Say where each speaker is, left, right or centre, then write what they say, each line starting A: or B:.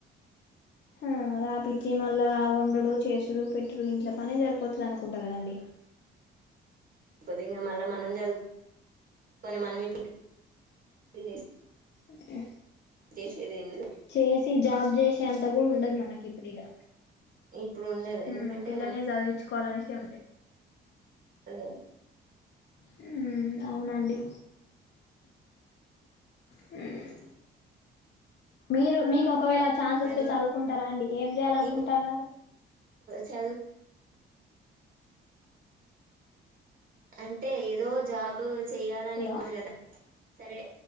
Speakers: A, on the left; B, on the right.
A: ఆ రాపిచ్చి మళ్ళా వండడు చేసుడు పెట్టుడు ఇంట్లో పనే సరిపోతది అనుకుంటా కదండి
B: ది మళ్ళ మనం జాదు కొని మనం ఇ పెళ్లి చే
A: ఈ
B: చేసేదేం
A: చేసి జాబ్ చేసే అంత కూడా ఉండదు మనకి ఇప్పుడిగా
B: ఇప్పుడు ఉండదు
A: హ్మ్మ్
B: ఎందుకంటే
A: పిల్లల్నే చదివించుకోవాలనేసి ఉంది
B: అదే
A: హ్మ్మ్ అవునండి హ్మ్మ్ మీరు మీకు ఒకవేళ ఛాన్స్ వస్తే
B: అండి
A: చదువుకుంటారా అండి ఏం చేయాల అనుకుంటున్నారు
B: మీకు చదువు అంటే ఏదో జాబు చెయాలని
A: హలో
B: ఇమ్మరు కదా సరే